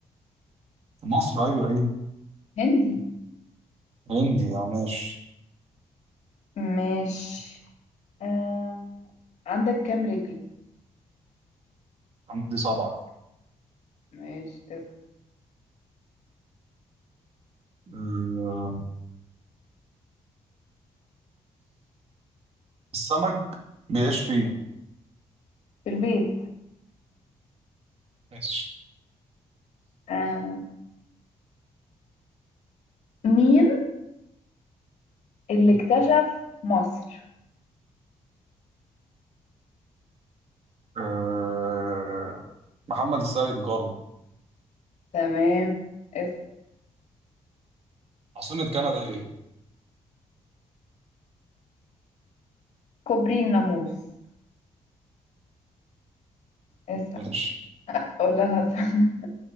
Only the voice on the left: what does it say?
هندي
ماشي آه عندك كام رجل
ماشي اسأل
في البيت
آه مين اللي اكتشف مصر
تمام اسأل
كوبري الناموس اسأل
ولا انا استنى